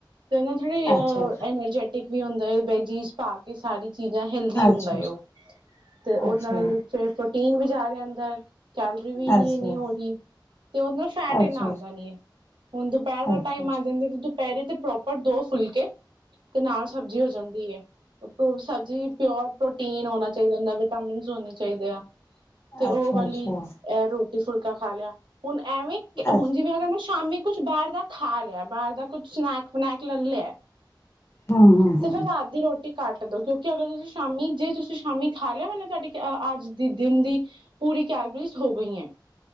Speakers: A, on the right; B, on the left.
A: ਤੇ ਉਹ ਥੋੜ੍ਹੀ ਅ
B: ਅੱਛਾ
A: ਐਨਰਜੈਟਿਕ ਵੀ ਹੁੰ ਦ ਬੈ ਜੀ ਤ ਕਿ ਸਾਰੀ ਚੀਜ਼ਾਂ ਹੈਲਦੀ ਹੁੰਦਾ
B: ਅੱਛਾ ਅੱਛਾ
A: ਉਹ ਤੇ ਉਹ
B: ਅੱਛਾ
A: ਨਾਲ ਫ ਪੀਨ ਵੀ ਜਾ ਰਿਹਾ, ਅੰਦਰ। ਕੈਲਰੀ ਵੀਨੀ
B: ਅੱਛਾ ਅੱਛਾ
A: ਇਨੀ ਹੋ ਰਹੀ, ਤੇ ਉਹਦੇ ਨਾਲ ਫੈਟ
B: ਅੱਛਾ ਅੱਛਾ
A: ਇੰਨਾ ਆਉਂਦਾ ਨੀ ਹੈ ਹੁਣ ਦੁਪਹਿਰ ਦਾ
B: ਅੱਛਾ
A: ਟਾਈਮ ਆ ਜਾਂਦਾ ਤੇ ਪੈਰੇ ਤੇ ਪ੍ਰੋਪਰ ਦੋ ਫੁਲਕੇ ਤੇ ਨਾਲ ਸਬਜ਼ੀ ਹੋ ਜਾਂਦੀ। ਸਬਜ਼ੀ ਪਿਓਰ ਪ੍ਰੋਟੀਨ ਹੋਣਾ ਚਾਹੀਦਾ ਹੁੰਦਾ ਵਿਟ ਹੋਣੇ ਚਾਹੀਦੇ ਆ। ਤੇ ਉਹ
B: ਅੱਛਾ
A: ਵਾਲੀ
B: ਅੱਛਾ
A: ਇਹ ਰੋਟੀ। ਦੀ ਫੁਲਕਾ ਖਾ ਲਿਆ। ਹੁਣ ਐਵੇਂ ਹੁਣ
B: ਅੱਛਾ
A: ਜਿਵੇਂ ਅਗਰ ਮੈਂ ਸ਼ਾਮੀ ਕੁਛ ਬਾਹਰ ਦਾ ਖਾ ਲਿਆ ਬਾਹਰ ਦਾ ਕੁੱਛ ਸਨੈਕ ਬਨੈਕ ਲੈ ਲਿਆ
B: ਹੂੰ, ਹੂੰ,
A: ਤੇ
B: ਹੂੰ,
A: ਫਿਰ ਰਾਤ ਦੀ ਰੋਟੀ ਕੱਟ ਦੋ ਕਿਉਂਕਿ ਅਗਰ ਤੁਸੀਂ ਸ਼ਾਮੀ ਜੇ ਤੁਸੀਂ ਸ਼ਾਮੀ ਖਾ ਲਿਆ ਨਾ ਤੁਹਾਡੀ ਅੱਜ ਦੀ ਦਿਨ ਦੀ ਪੂਰੀ ਕੈਲੋਰੀਜ਼ ਹੋ ਗਈ ਐ।